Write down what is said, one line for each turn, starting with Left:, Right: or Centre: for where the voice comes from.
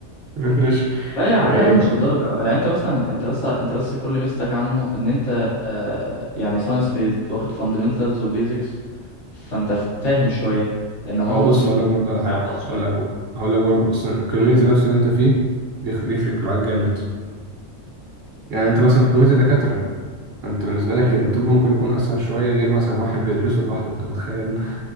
Right: وريفرش <laughs>
Left: لا يا
Right: وايه
Left: لا يا عم مش للدرجة يعني انت مثلا انت بس انت بس كل ميزتك عنه ان انت آه، يعني ساينس بيزد واخد فاندمنتالز وبيزكس فانت فاهم شوية انما
Right: هو
Left: هو ممكن
Right: بص اقول
Left: يكون
Right: لك برضه على حاجه
Left: بيحفظ شوية
Right: اقول لك برضه هقول لك برضه
Left: آه.
Right: اصلا الكوميونتي نفسه اللي انت فيه بيخ- بيفرق معاك جامد يعني انت
Left: امم
Right: مثلا في كوميونتي دكاتره انت بالنسبه لك
Left: ايوه
Right: الطب ممكن يكون اسهل شويه غير مثلا واحد بيدرسه لوحده انت متخيل